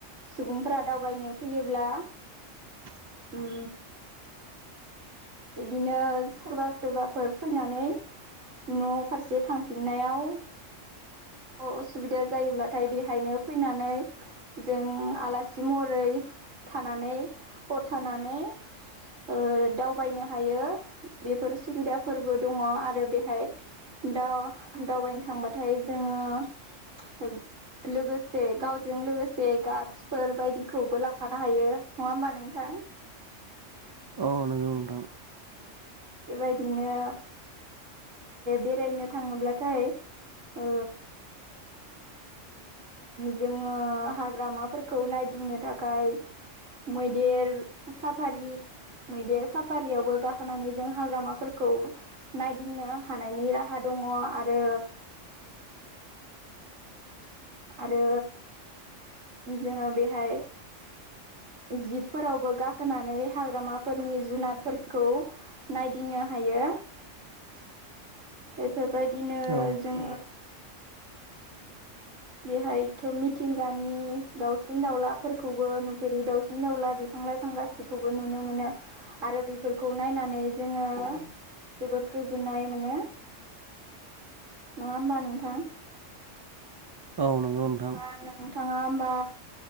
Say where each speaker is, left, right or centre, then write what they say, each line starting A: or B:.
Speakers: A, on the right (about 75°); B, on the right (about 40°).
A: सुबुंफोरा दावबायनो फैयोब्ला
B: <inaudible>
A: उम बिदिनो सोरबा सोरबाफोर फैनानै न' फारसे थांफिननायाव असुबिदा जायोब्लाथाय बेहायनो फैनानै जों आलासि महरै थानानै हर थानानै ओ दावबायनो हायो बेफोर सुबिदाफोरबो दङ आरो बेहाय दा दावबायनो थांबाथाय जोङो लोगोसे गावजों लोगोसे गा फोर बायदिखौबो लांफानो हायो नङा होमबा नोंथां
B: अ नंगौ नोंथां
A: बेबायदिनो बेरायनो थाङोब्लाथाय ओ जोङो हाग्रामाफोरखौ नायदिंनो थाखाय मैदेर साफारि मैदेर साफारियावबो गाखोनानै जों हाग्रामाफोरखौ नायदिंनो हानायनि राहा दङ आरो आरो जोङो बेहाय जिबफोरावबो गाखोनानै हाग्रामाफोरनि जुनारफोरखौ नायदिंनो हायो बेफोरबायदिनो
B: औ
A: जों बेहायथ' मिथिंगानि दाउसिन दाउलाफोरखौबो नुफेरि दाउसिन दाउला बिफां लाइफां गासि खौबो नुनो मोनो आरो बेफोरखौ नायनानै जोङो जोबोद गोजोननाय मोनो नङा होमबा नोंथां <inaudible>
B: औ नंगौ नोंथां
A: ओ नोंथाङा होमबा